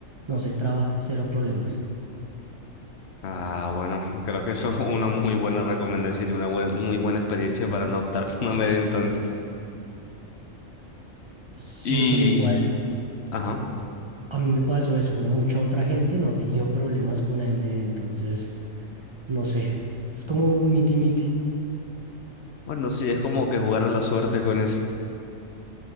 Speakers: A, on the right (about 45°); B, on the left (about 60°).
A: no se traba, cero problemas.
B: Ah, bueno, <laughs> creo que eso es una muy buena recomendación y una buena- muy buena experiencia para no optar por una media entonces.
A: Sí,
B: Y,
A: pero igual
B: ajá,
A: a mí me pasó eso. Mucha otra gente no ha tenido problemas con AMD, entonces no sé. Es como un miti-miti.
B: bueno, sí, es como que jugar a la suerte con eso.